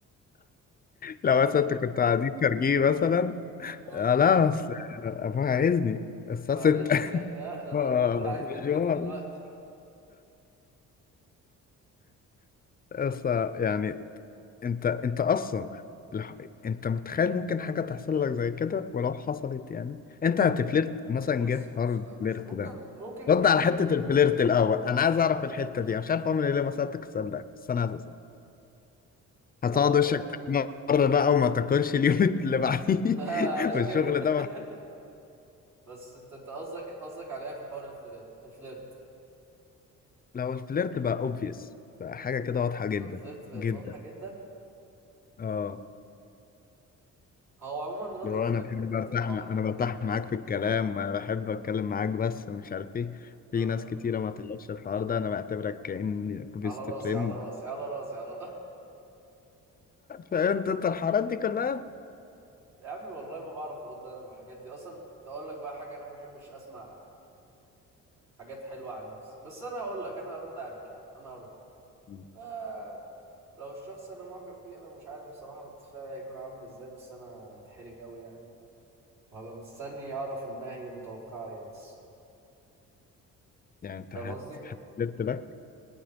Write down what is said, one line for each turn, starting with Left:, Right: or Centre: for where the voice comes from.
Left: لو مثلا انت كنت قاعدين خارجين مثلا
Right: اه
Left: آه لا بس ابوها عايزني الساعة
Right: معلش
Left: 6
Right: لا لا
Left: <laughs>
Right: ده انا
Left: آه،
Right: الدكتور عايزني
Left: مشوار
Right: في بيته دلوقتي
Left: بس يعني انت انت اصلا لح- انت متخيل ممكن حاجة تحصل لك زي كده ولو حصلت يعني انت هتفلرت مثلا
Right: بص
Left: جه في
Right: بص
Left: حوار
Right: مش
Left: الفلرت
Right: ممكن
Left: ده
Right: ممكن
Left: رد
Right: مش
Left: على حتة الفلرت الأول أنا عايز أعرف الحتة دي أنا مش عارف أعمل إيه ليه ما سألتك السؤال ده بس أنا عايز أسأل هتقعد
Right: لو
Left: وشك
Right: <laughs>
Left: تحمر بقى وما تاكلش اليوم اللي بعديه
Right: لا
Left: <laughs>
Right: مش
Left: والشغل
Right: كده <laughs>
Left: ده ما-
Right: بس انت أنت قصدك قصدك عليا في حوار الفليرت الفليرت
Left: لو الفلرت بقى أوبفيس بقى حاجة كده واضحة جدا
Right: لو الفليرت بقت
Left: جدا
Right: واضحه جدا
Left: اه
Right: هو عموما ردة
Left: اللي هو
Right: فعلي
Left: انا بحب
Right: ممكن
Left: برتاح
Right: تفضحني
Left: مع... انا
Right: يعني
Left: برتاح
Right: فاهم
Left: معاك في الكلام أنا بحب اتكلم معاك بس مش عارف ايه في
Right: اه
Left: ناس كتيرة ما تعرفش الحوار ده انا بعتبرك كأني بيست
Right: على راسي
Left: فريند
Right: على راسي على راسي على
Left: فهمت انت الحوارات دي كلها
Right: يا عمي والله ما بعرف ارد انا من الحاجات دي اصلا كنت اقول لك بقى حاجه انا ما بحبش اسمع حاجات حلوه عن نفسي بس انا هقول لك انا هرد عليك يا عم انا هرد
Left: <laughs> مم.
Right: آه لو الشخص انا معجب بيه انا مش عارف بصراحه رد فعلي هيكون عامل ازاي بس انا هتحرج قوي يعني وهبقى مستني اعرف منها هي متوقعه ايه بس
Left: يعني انت
Right: فاهم
Left: هت
Right: قصدي
Left: هتلت باك